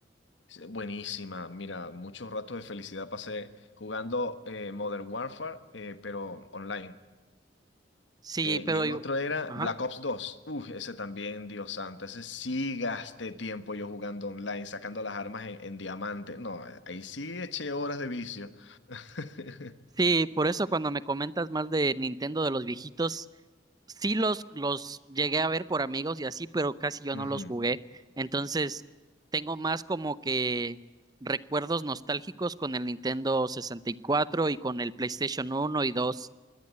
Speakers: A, on the left; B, on the right.
A: Sí, Buenísima. Mira, muchos ratos de felicidad pasé jugando eh, Modern Warfare, eh, pero online.
B: Sí,
A: Eh,
B: pero
A: y el
B: yo,
A: otro era
B: ajá.
A: Black Ops dos. Uf, ese también, Dios santo. Ese sí gasté tiempo yo jugando online, sacando las armas en, en diamante. No, eh, ahí sí eché horas de vicio. <laughs>
B: Sí, por eso cuando me comentas más de Nintendo de los viejitos, sí los, los llegué a ver por amigos y así, pero casi yo
A: Ujú.
B: no los jugué. Entonces, tengo más como que recuerdos nostálgicos con el Nintendo 64 y cuatro y con el PlayStation 1 y 2.